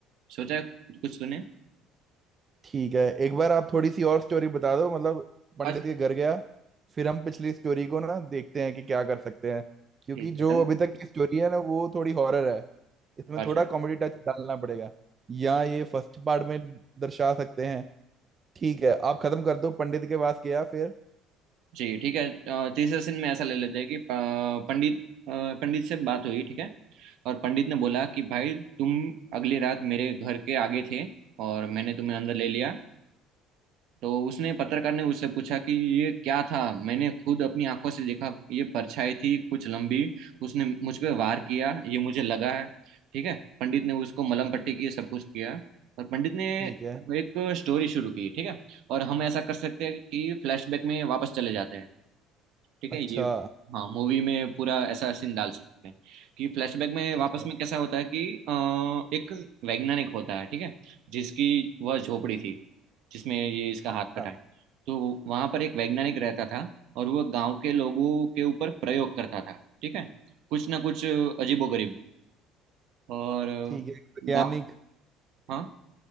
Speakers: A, on the right; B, on the right.
A: सोचा है कुछ तूने
B: ठीक है एक बार आप थोड़ी सी और स्टोरी बता दो मतलब पंडित
A: अच्छा
B: के घर गया फिर हम पिछली स्टोरी को ना देखते हैं कि क्या कर सकते हैं क्योंकि
A: ठीक है
B: जो
A: चलो
B: अभी तक की स्टोरी है ना वो थोड़ी हॉरर है इसमें
A: अच्छा
B: थोड़ा कॉमेडी टच डालना पड़ेगा या ये फर्स्ट पार्ट में दर्शा सकते हैं ठीक है आप खत्म कर दो पंडित के पास गया फिर
A: जी ठीक है अ, तीसरे सीन में ऐसा ले लेते हैं कि अ, पंडित अ, पंडित से बात हुई ठीक है और पंडित ने बोला कि भाई तुम अगली रात मेरे घर के आगे थे और मैंने तुम्हें अंदर ले लिया तो उसने पत्रकार ने उससे पूछा कि ये क्या था मैंने खुद अपनी आंखों से देखा ये परछाई थी कुछ लंबी उसने मुझ पे वार किया ये मुझे लगा है ठीक है पंडित ने उसको मलहम पट्टी की सब कुछ किया और पंडित ने
B: ठीक है
A: एक स्टोरी शुरू की ठीक है और हम ऐसा कर सकते हैं कि फ्लैशबैक में वापस चले जाते हैं ठीक
B: अच्छा
A: है ये हाँ मूवी में पूरा ऐसा सीन डाल सकते हैं कि फ्लैशबैक में
B: ठीक
A: वापस
B: है
A: में कैसा होता है कि अ, एक वैज्ञानिक होता है ठीक है जिसकी वह झोपड़ी थी जिसमें ये इसका
B: अच्छा
A: हाथ कटा है तो वहां पर एक वैज्ञानिक रहता था और वह गांव के लोगों के ऊपर प्रयोग करता था ठीक है कुछ ना कुछ अजीबोगरीब और अ,
B: ठीक है एक वैज्ञानिक
A: गाँव हाँ